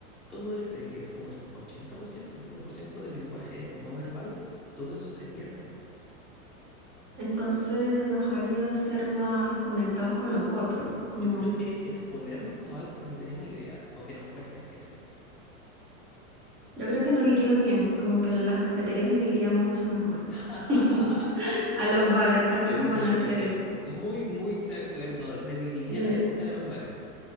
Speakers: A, in the centre; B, on the right.
A: todo ese que es como el ochenta por ciento setenta por ciento del lenguaje no verbal, todo eso se pierde.
B: Entonces nos haría ser más conectados con los otros, como
A: Yo creo que exponernos como algo que no tenemos idea o que nos cuesta en general.
B: yo creo que nos iría bien, como que las cafeterías le irían mucho mejor
A: <laughs>
B: <laughs>
A: Estoy
B: a los bares, así como
A: muy
B: en la
A: de
B: serie.
A: acuerdo, muy, muy de acuerdo. Reviviría
B: Mm,
A: la época de los bares.